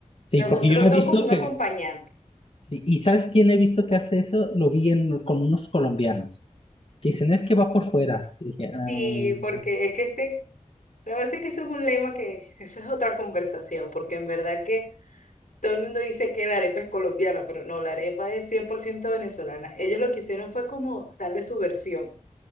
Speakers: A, on the left (about 50°); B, on the left (about 85°).
A: sí,
B: Los
A: porque
B: otros
A: yo la he
B: son
A: visto
B: como un
A: que
B: acompañante.
A: Sí, ¿y sabes quién he visto que hace eso? Lo vi en- con unos colombianos que dicen, es que va por fuera. Y dije, "Ah,
B: Sí, porque es que ese, la verdad es que eso es un lema que, <laughs> eso es otra conversación, porque en verdad que todo el mundo dice que la arepa es colombiana, pero no, la arepa es 100% venezolana. Ellos lo que hicieron fue como darle su versión.